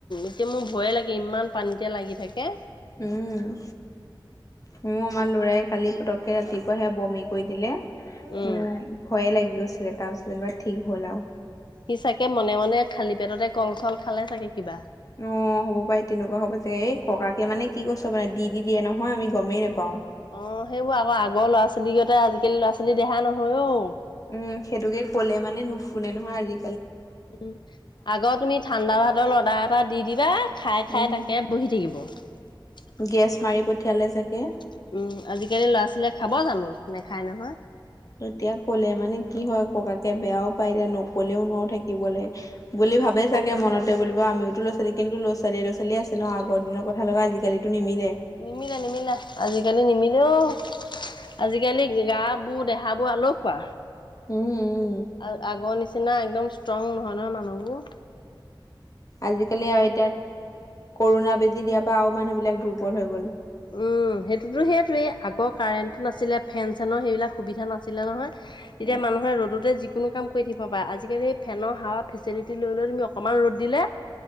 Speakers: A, on the left (about 65°); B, on the left (about 40°).
A: এতিয়া মোৰ ভয়ে লাগে ইমান পানীতে লাগি থাকে।
B: উম। মোৰ আমাৰ লৰাই কালি পতককে ৰাতিপুৱা সেয়া বমি কৰি দিলে,
A: উম
B: মোৰ ভয়ে লাগিল গছিলে তাৰপিছত ঠিক হ'ল আৰু।
A: সি চাগে মনে মনে খালী পেটতে কল চল খালে চাগে কিবা।
B: অ' অ', হ'ব পাৰে তেনেকুৱা হ'ব যে, এই ককাকে মানে কি কৈছ মানে দি দি দিয়ে নহয় আমি গমেই নাপাও।
A: অ সেইবোৰ আকৌ আগৰ ল'ৰা-ছোৱালী কতে আজিকালি ল'ৰা-ছোৱালী দেহা নহয় অ'।
B: উম', সেইটোকে কলে মানে নুশুনে নহয় আজি।
A: উম', আগৰ তুমি ঠাণ্ডা ভাতৰ লৰ্ডা এটা দি দিবা খাই
B: উম
A: খাই তাকে বহি থাকিব। উম,
B: গেছ মাৰি পঠিয়ালে চাগে।
A: আজিকালি ল'ৰা-ছোৱালীয়ে খাব জানো। নেখায় নহয়।
B: তেতিয়া ক'লে মানে কি হয় ককাকে বেয়াও পায় এতিয়া নক'লেও নোৱাৰোঁ থাকিবলে। বুলি
A: উম
B: ভাবে
A: কওক।
B: চাগে মনতে বুলিব আমি ল'ৰা-ছোৱালী কিন্তু ল'ৰা-ছোৱালী আছে ন' আগৰ দিনৰ কথা লগা আজিকালিটো নিমি
A: নিমিলে, নিমিলে আজিকালি নিমিল এঅ আজিকালি গা বোৰ দেহাবোৰ আলসুৱা।
B: উম উম
A: আৰু আগৰ নিচিনা একদম ষ্ট্ৰং নহয় নহয় মানুহবোৰ।
B: আজিকালি এতিয়া কৰুণা বেজি দিয়াৰ পৰা আৰু মানুহবিলাক দুৰ্বল হৈ গ'ল।
A: উম, সেইটোতো সেইটোৱেই আগৰ কাৰেণ্টটো নাছিলে ফেন চেনৰ সেইবিলাক সুবিধা নাছিলে নহয়। তেতিয়া
B: উম।
A: মানুহে ৰ'দতে যি কোনো কাম কৰি থাকিব পাৰে, আজিকালি ফেনৰ হাৱা ফেচিলিটি লৈ লৈ তুমি অকমান ৰ'দ দিলে।